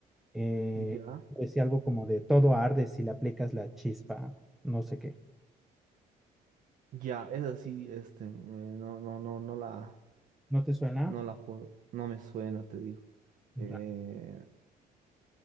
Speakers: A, in the centre; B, on the right.
A: Eh,
B: Ya.
A: decía algo como de, todo arde si le aplicas la chispa, no sé qué.
B: Ya, esa sí, este, me- no, no, no, no la,
A: ¿No te suena?
B: no la puedo, no me suena, te digo. Eh,
A: Ra-